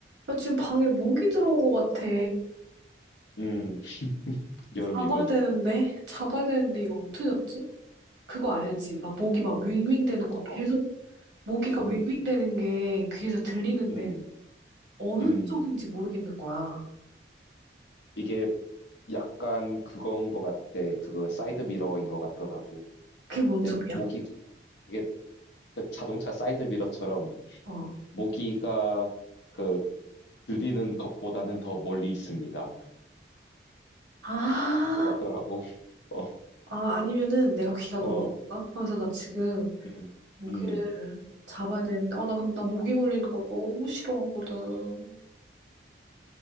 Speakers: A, on the right (about 70°); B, on the left (about 75°).
A: 나 지금 방에 모기 들어온 것 같아.
B: 음, 여름이군.
A: 잡아야 되는데? 잡아야 되는데 이거 어떻게 잡지? 그거 알지? 막 모기 막 윙윙 되는
B: 어떤
A: 거
B: 거?
A: 계속 모기가
B: 음,
A: 윙윙 되는 게 귀에서 들리는데
B: 음,
A: 어느
B: 음.
A: 쪽인지 모르겠는 거야.
B: 이게 약간 그건 거 같아. 그거 사이드 미러인 거 같더라고.
A: 그게 뭔
B: 내
A: 소리야?
B: 모기, 이게 그 자동차 사이드 미러처럼
A: 어.
B: 모기가 그 들리는 것보다는 더 멀리 있습니다.
A: 아,
B: 인거 같더라고. <laughs> 어,
A: 아, 아니면은 내가 귀가
B: 어,
A: 너무 좋은가? 그래서 나 지금
B: 음,
A: 모기를
B: 음,
A: 잡아야 되는데, 어, 나 근데 나 모기 물리는 거 너무 싫어하거든.